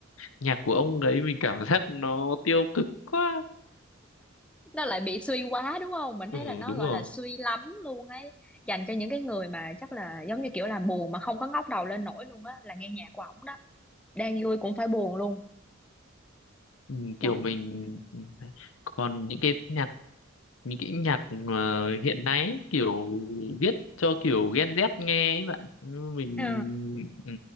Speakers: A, on the left; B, in the centre.
A: nhạc của ông đấy mình cảm <laughs> giác nó tiêu cực quá
B: nó lại bị suy quá đúng không mình
A: ừ
B: thấy là nó
A: đúng
B: gọi
A: rồi
B: là suy lắm luôn ấy dành cho những cái người mà chắc là giống như kiểu là buồn mà không có ngóc đầu lên nổi luôn á là nghe nhạc của ổng đang vui cũng phải buồn luôn
A: ừ,
B: đó
A: kiểu mình còn những cái nhạc những cái nhạc mà hiện nay ấy, kiểu viết cho kiểu Gen Z nghe ấy bạn Nhưng mình
B: Ờ,
A: ừ,